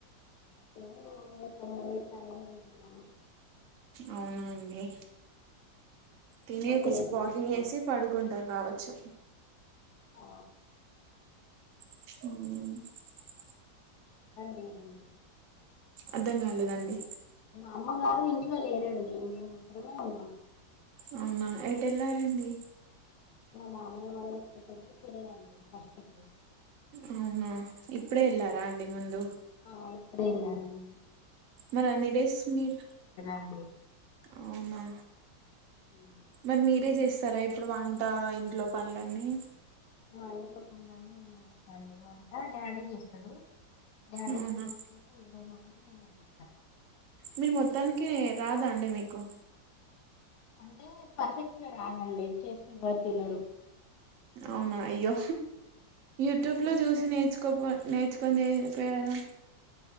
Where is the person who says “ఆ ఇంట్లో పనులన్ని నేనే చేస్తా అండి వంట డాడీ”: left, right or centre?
Left